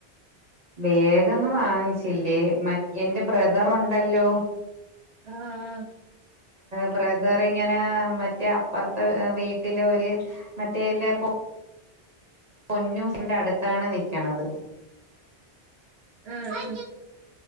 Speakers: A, on the right; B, on the right.
A: വേഗൊന്നും വാങ്ങിച്ചില്ലേ മ എന്റെ ബ്രദറുണ്ടല്ലോ
B: ആഹ് ആഹ്
A: ബ്രദറി ഇങ്ങനെ മറ്റേ അപ്പുറത്തെ വീട്ടിലെ ഒര് മറ്റേല്ലൊ പൊന്നു ന്റ അടുത്താണ് നക്കണത്.
B: ആഹ്